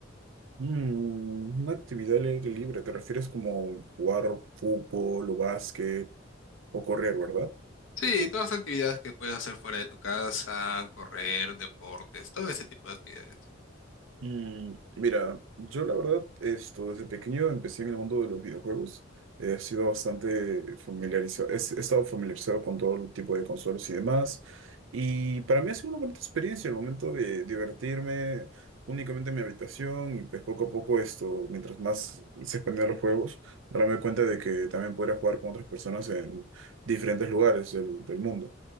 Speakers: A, on the right; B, on the left.
A: Mm, una actividad al aire libre, ¿te refieres como jugar fútbol o básquet o correr, verdad?
B: Sí, todas las actividades que puedes hacer fuera de tu casa, correr, deportes, todo ese tipo de actividades.
A: Mm, mira, yo la verdad, esto, desde pequeño empecé en el mundo de los videojuegos. He sido bastante familiarizado, he, he estado familiarizado con todo el tipo de consolas y demás. Y para mí ha sido una bonita experiencia el momento de divertirme únicamente en mi habitación y pues poco a poco esto, mientras más se expandían los juegos, darme cuenta de que también podría jugar con otras personas en diferentes lugares del, del mundo.